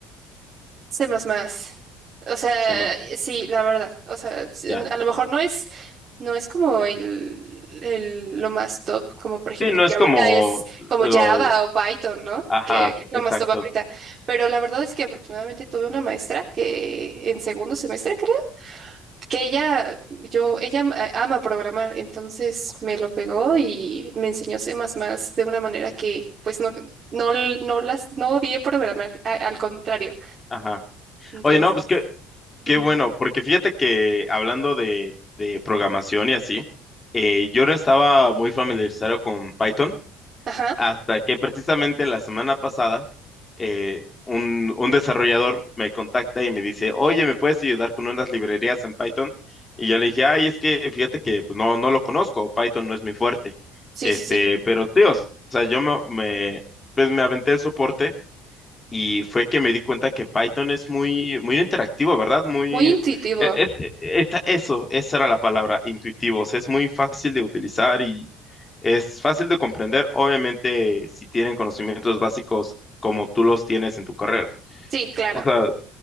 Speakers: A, on the right; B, on the left.
A: Sé más más O sea,
B: Se me-
A: sí, la verdad. O sea,
B: ya.
A: a lo mejor no es No es como el, el- lo más top, como por ejemplo
B: Sí, no es
A: que ahorita
B: como
A: es como
B: lo,
A: Java o Python, ¿no?
B: ajá,
A: Que, que es lo
B: exacto,
A: más top ahorita. Pero la verdad es que afortunadamente tuve una maestra que en segundo semestre creo, que ella, yo, ella a- ama programar, entonces me lo pegó y me enseñó C++ de una manera que pues no, no, no las, no odié programar, a- al contrario.
B: ajá.
A: Entonces,
B: Oye, no, pues qué, qué
A: ujú.
B: bueno, porque fíjate que hablando de, de programación y así, eh, yo no estaba muy familiarizado con Python.
A: Ajá,
B: Hasta que precisamente la semana pasada eh, un, un desarrollador me contacta y me dice, oye, ¿me puedes ayudar con unas librerías en Python? Y yo le dije, ay, es que fíjate que pues, no, no lo conozco, Python no es mi fuerte.
A: sí,
B: Este,
A: sí, sí.
B: pero tío, o sea, yo me, me- pues me aventé el soporte y fue que me di cuenta que Python es muy, muy interactivo, ¿verdad? Muy,
A: Muy intuitivo.
B: e- es, e- esa- eso, esa era la palabra, intuitivos. Es muy fácil de utilizar y es fácil de comprender, obviamente, si tienen conocimientos básicos como tú los tienes en tu carrera.
A: Sí, claro.
B: O sea,